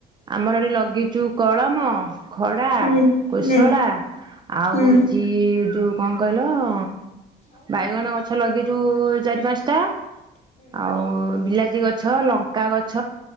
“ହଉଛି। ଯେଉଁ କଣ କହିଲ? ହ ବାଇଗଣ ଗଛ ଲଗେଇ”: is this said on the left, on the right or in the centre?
Right